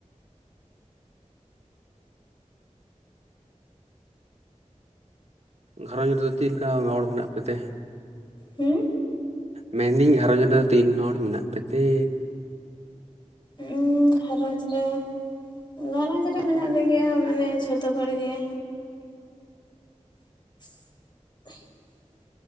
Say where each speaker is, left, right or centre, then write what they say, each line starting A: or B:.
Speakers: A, on the right; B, on the left.
A: ᱜᱷᱟᱨᱚᱸᱡᱽ ᱨᱮ ᱫᱚ ᱪᱮᱫ ᱞᱮᱠᱟ ᱢᱮᱱᱟᱜ ᱯᱮ ᱛᱮ
B: ᱦᱩᱸ
A: ᱢᱮᱱ ᱫᱟᱹᱧ ᱜᱷᱟᱨᱚᱸᱡᱽ ᱨᱮ ᱫᱚ ᱛᱤᱱ ᱦᱚᱲ ᱢᱮᱱᱟᱜ ᱯᱮ ᱛᱮ
B: ᱦᱩᱸ ᱜᱷᱟᱨᱚᱸᱡᱽ ᱨᱮ ᱜᱷᱟᱨᱚᱸᱡᱽ ᱨᱮ ᱢᱮᱱᱟᱜ ᱞᱮ ᱜᱮᱭᱟ ᱢᱟᱱᱮ ᱡᱚᱛᱚ ᱦᱚᱲ ᱜᱮ <unintelligible>